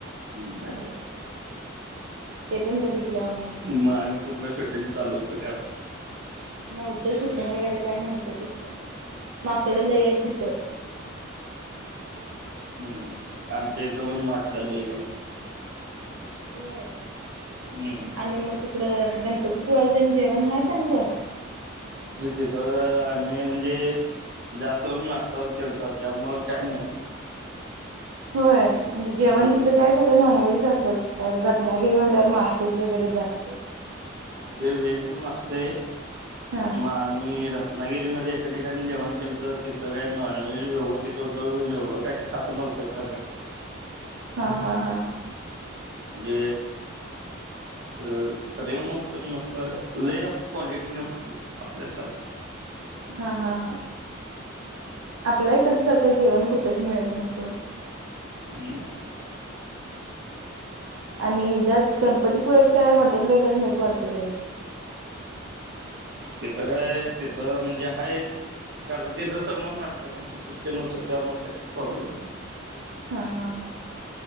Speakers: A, on the right; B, on the right.
A: अच्छा
B: ते पण बघितलं आम्ही
A: म आणि कुठलं? शुटिंग चालू होतं त्यात?
B: नव्हतं शूटिंग वगैरे काय नव्हतं तिथं, माकडं लई हाईत तिथं.
A: हम्म, हम्मं आणि ते इथं पण माकड लई हाय.
B: व्हयं
A: हम्म
B: आणि मग तिकड, गणपतीपुळ्याला त्येन जेवण हाय चांगलं?
A: तिथं आम्ही म्हणजे, जास्त करून नाष्टाच केलता त्यामुळं काही नाही.
B: होय, म्हणजे जेवण
A: हम्म
B: तिथं काय सगळ नॉनव्हेज असल, रत्नागिरी म्हणल्यावर मासं वगैरे जास्त
A: ते व्हेज पण असतय
B: हा
A: मा आम्ही रत्नागिरीमध्ये एका ठिकाणी जेवण केलंत तिथं काय नॉनव्हेज व्यवस्थित होतं, एवढं काय खासं नव्हतं खरं
B: हा, हा, हा
A: जे असं, तरी नव्हत नस, लई अस क्वालिटी नव्हत, आपल्यासारखं.
B: हा, हा, हा आपल्या इकडच्या सारखं जेवण कुठंच मिळत नाही सोड.
A: हम्मं
B: <unintelligible> आणि ह्येज्यायात गणपतीपुळ्यात काय हॉटेल वगैरे नाहीत वाटतं लई
A: तिथ काय तिथं म्हणजे हाय. कारण त्येच्या समोर नाश्ता तेन हुतीत त्यामुळे काय प्रॉब्लेम.
B: हा, हा, हा